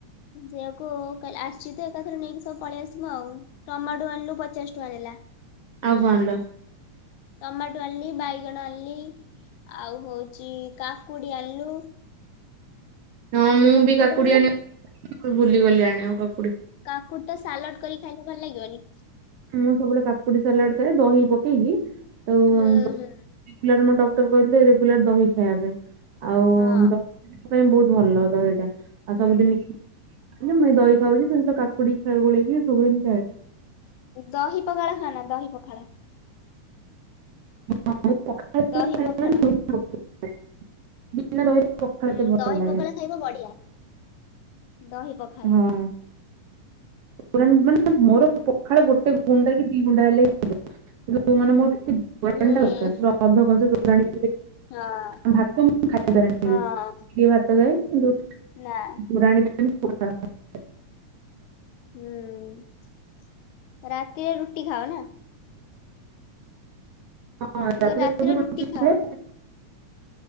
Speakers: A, on the left; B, on the right.
A: ଯିବାକୁ କହିଲ ଆସିଛି ତ ଏକାଥରେ ନେଇକି ସବୁ ପଳେଇ ଆସିବ ଆଉ। ଟମାଟୋ ଆଣିଲୁ ପଚାଶ ଟଙ୍କା ନେଲା
B: ଆଉ କଣ ଆଣିଲ
A: ଟମାଟୋ। ଆଣିଲି ବାଇଗଣ ଆଣିଲି ଆଉ ହଉଛି କାକୁଡି ଆଣିଲି।
B: ହଁ ମୁଁ ବି କାକୁଡି
A: ଆଣିଲୁ
B: ଆଣିବା, ଭୁଲିଗଲି ଆଣିବାକୁ କାକୁଡି।
A: କାକୁଡ ଟା ସାଲଡ କରି ଖାଇଲେ ଭଲ ଲାଗିବନି?
B: ମୁଁ ସବୁବେଳେ କାକୁଡି ସାଲାଡ ଖାଏ। ଦହି ପକେଇକି ତ
A: ହୁଁ ହୁଁ।
B: ରେଗୁଲାର ମୋତେ ଡକ୍ଟର କହିଥିଲେ ରେଗୁଲାର ଦହି ଖାଇବାକୁ। ଆଉ
A: ହଁ।
B: ପାଇଁ ବହୁତ୍ ଭଲ ଦହି ଟା। ଆଉ
A: ହୁଁ
B: ସବୁଦିନି ନା ମୁଁ ଦହି ଖାଉଚି। ପୁଣି ତ କାକୁଡି ଗୋଳେଇକି ସବୁଦିନି ଖାଏ।
A: ଦହି ପଖାଳ ଖାଓ ନା ଦହି ପଖାଳ?
B: <unintelligible>
A: ଦହି ପଖାଳ।
B: ଦହିରେ ପଖାଳ
A: ହୁଁ
B: ଏତେ ଭଲ
A: ଦହି
B: ଲାଗେନି
A: ପଖାଳ ଖାଇବ ବଢିଆ। ଦହି ପ
B: ହୁଁ। ମାନେ ମୋର ପଖାଳ ଗୋଟେ ଗୁଣ୍ଡା କି ଦି ଗୁଣ୍ଡା ହେଲେ ହେଇଯିବ। <unintelligible> ପୁରା
A: ହୁଁ
B: ଅଧ କଂସେ ତୋରଣି ପିଇଦେବି।
A: ହଁ
B: ଭାତ ମୁଁ ଖାଇ <unintelligible>
A: ହଁ
B: ଭାତ ଖାଏ। କିନ୍ତୁ
A: ନା।
B: <unintelligible>
A: ହୁଁ। ରାତିରେ ରୁଟି ଖାଅ ନା?
B: ହଁ
A: ମୁ କହିଲି ରାତିରେ
B: ଯୋଉଦିନ
A: ରୁଟି ଖାଅ।
B: ଖାଏ